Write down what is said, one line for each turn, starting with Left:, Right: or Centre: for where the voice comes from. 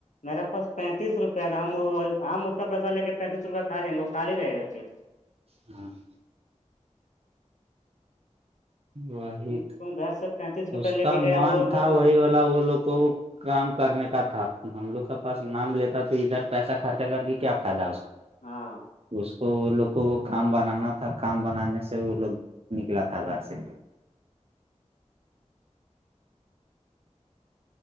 Left: میرا پاس پینتیس روپیہ تھا ہم ہم اس کا پیسہ لے کے پینتیس روپیہ کھا دیں گے وہ خالی رہے گا کیٹ
Right: ہاں <inaudible> وہی
Left: تم
Right: تو
Left: تم گھر سے پینتیس روپیہ
Right: اس
Left: لے
Right: کا
Left: کے گیا
Right: من
Left: وہ
Right: تھا
Left: تو
Right: وہی والا وہ لوگ کو کام کرنے کا تھا ہم لوگ کا پاس نام لیتا تو ادھر پیسہ خرچہ کر کے کیا فائدہ اس
Left: ہاں
Right: نسک <inaudible> تو وہ لوگوں کو وہ کام بنانا تھا کام بنانے سے وہ لوگ نکلا تھا گھر سے